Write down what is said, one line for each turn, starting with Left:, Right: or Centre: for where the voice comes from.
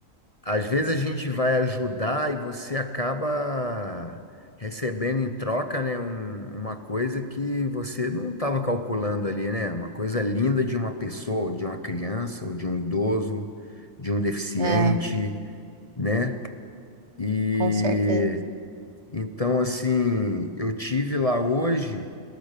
Left: Às vezes a gente vai ajudar e você acaba recebendo em troca, né, um- uma coisa que você não estava calculando ali, né? Uma coisa linda de uma pessoa, de uma criança, ou de um idoso, de um deficiente,
Right: É,
Left: né? e
Right: com certeza.
Left: então, assim, eu tive lá hoje